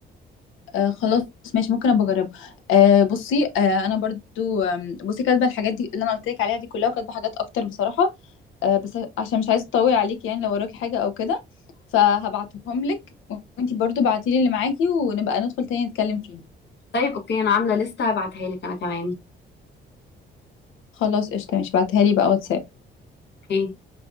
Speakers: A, on the left (about 85°); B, on the left (about 60°).
A: آه خلاص ماشي ممكن ابقى اجربها آه بصي آه انا برضو آم، بصي كاتبه الحاجات دي اللي انا قلت لك عليها دي كلها وكاتبه حاجات اكتر بصراحه آه بس عشان مش عايزه اطول عليك يعني لو وراكي حاجه او كده فهبعتهم لك وانتي برضو بعتيلي اللي معاكي ونبقى ندخل تاني نتكلم فيهم
B: طيب اوكي انا عامله لسته هبعتها لك انا كمان
A: خلاص قشطه ماشي بعتها لي بقى واتساب
B: اوكي